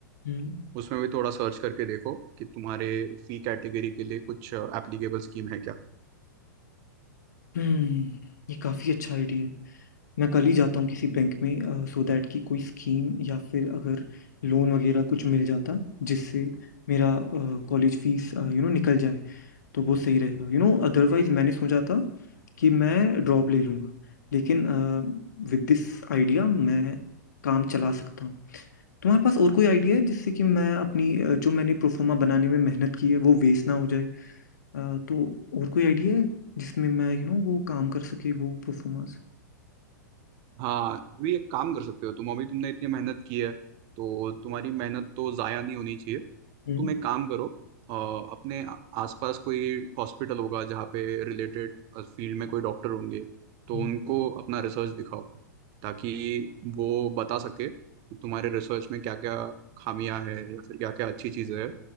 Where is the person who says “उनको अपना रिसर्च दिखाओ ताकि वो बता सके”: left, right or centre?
Right